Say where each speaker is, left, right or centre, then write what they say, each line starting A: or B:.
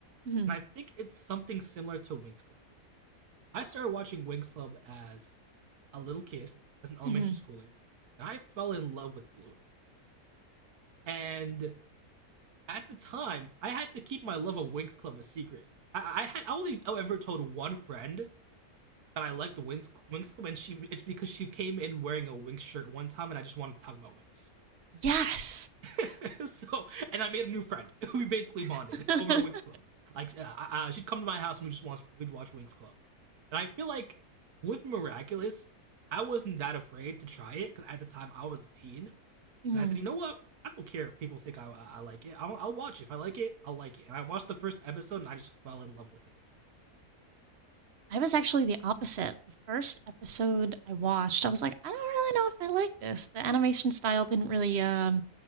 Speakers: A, on the right; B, on the right.
A: hmm
B: and I think it's something similar to Wings Club. I started watching Wings Club as a little kid, as an elementary
A: hmm
B: schooler, and I fell in love with Bloom. And at the time, I had to keep my love of Wings Club a secret. I, I had I only ever told one friend that I liked the Wings Wings Club, and she it's because she came in wearing a Wings shirt one time, and I just wanted to talk about Wings.
A: Yes.
B: <laughs> so, and I made a new friend. <laughs> We basically bonded
A: <laughs>
B: <laughs> over Winx Club. Like, uh, uh, she'd come to my house and we just watch, we'd watch Winx Club. And I feel like with Miraculous, I wasn't that afraid to try it because at the time I was a teen,
A: Mhm.
B: and I said, you know what? I don't care if people think I I like it. I'll, I'll watch it. if I like it. I'll like it. And I watched the first episode and I just fell in love with it.
A: I was actually the opposite. The first episode I watched, I was like, I don't really know if I like this. The animation style didn't really um,